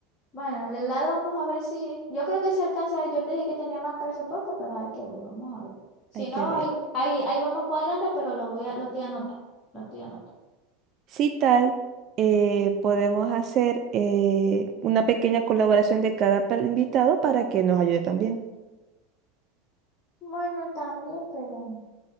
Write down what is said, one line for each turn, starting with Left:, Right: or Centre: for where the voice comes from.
Left: Bueno, el helado vamos a ver si... Yo creo que se alcanza. Yo te dije que tenía más presupuesto, pero hay que ver. Vamos a ver. Si
Right: Hay
Left: no,
Right: que ver.
Left: ahí, ahí, ahí vamos cuadrando, pero lo voy a, lo estoy anotando. Lo estoy anotando.
Right: Si tal, eh, podemos hacer eh, una pequeña colaboración de cada per- invitado para que nos ayude también.
Left: Bueno, también, pero...